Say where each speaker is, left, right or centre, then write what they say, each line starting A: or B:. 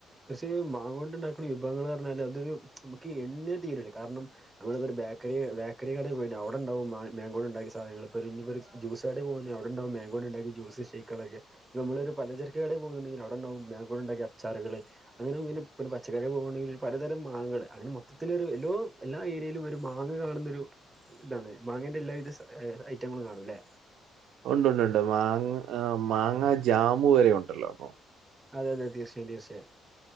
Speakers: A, on the right; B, on the right.
A: പക്ഷ മാങ്ങ കൊണ്ടുണ്ടാക്കുന്ന വിഭവങ്ങള് റഞ്ഞാല് അതൊരു നമുക്ക് എണ്ണിയ തീരൂല്ല കാരണം നമ്മളിപ്പൊരു ബേക്കറി ബേക്കറി കടയി പോയിട്ട് അവിടെ ഇണ്ടാവും മാ മേങ്കോണ്ട് ഉണ്ടാക്കിയ സാധനങ്ങള് ഇപ്പൊരു ഇഞ്ഞിപ്പൊരു ജൂസ്സടെല് പോവ അവിടെണ്ടാവും മാങ്കോ ഇണ്ടാക്കി ജ്യൂസ് ഷെയക്കുകളൊക്കെ ഇപ്പം നമ്മളൊരു പലചരക്ക് കടെൽ പോകുന്നുണ്ടെങ്കി അവിടെണ്ടാവും മാൻഗോണ്ടുണ്ടാക്കിയ അച്ചറുകള് അങ്ങനെ പിന്നെ പച്ചക്കറി പോകണണ്ടെങ്കി പലതരം മാങ്ങകള് അങ്ങനെ മൊത്തത്തിലൊര് എല്ലോ എല്ലാ ഏരിയലും ഒരു മാങ്ങ കാണുന്ന ഒരു ഇതാണ് മാങ്ങന്റെ എല്ലാവിധ സ ഐറ്റങ്ങളും കാണുംല്ലെ
B: ഉണ്ട്ണ്ട് ഉണ്ട് മാങ്ങ മാങ്ങ ജാമു വരെ ഉണ്ടല്ലോ ഇപ്പൊ
A: അതെതെ തീർച്ചയായും തീർച്ചയായും